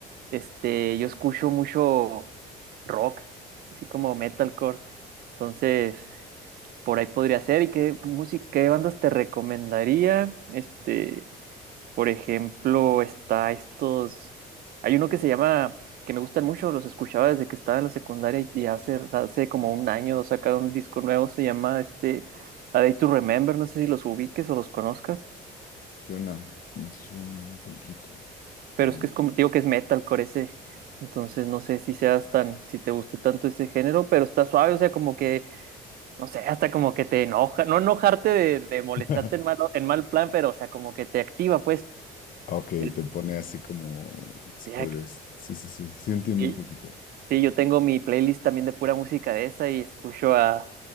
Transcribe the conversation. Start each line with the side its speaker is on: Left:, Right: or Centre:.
Right: este, yo escucho mucho rock, así como metalcore. Entonces. por ahí podría ser. ¿Y qué música, qué bandas te recomendaría? Este, por ejemplo, está estos. Hay uno que se llama, que me gustan mucho, los escuchaba desde que estaba en la secundaria y hace, hace como un año sacaron un disco nuevo, se llama este A Day to Remember, no sé si los ubiques o los conozcas,
Left: Suena, suena un poquito.
Right: pero
Left: No.
Right: es que es como, digo que es metalcore ese. Entonces no sé si seas tan, si te guste tanto ese género, pero está suave, o sea, como que no sé, hasta como que te enoja, no enojarte de, de molestarte
Left: <laughs>
Right: en mal, en mal plan, pero o sea, como que te activa, pues.
Left: Ok,
Right: Eh,
Left: te pone así como, si
Right: ya-
Left: podrías, sí, sí, sí, sí entiendo
Right: Sí,
Left: un poquito.
Right: sí, yo tengo mi playlist también de pura música de esa y escucho a,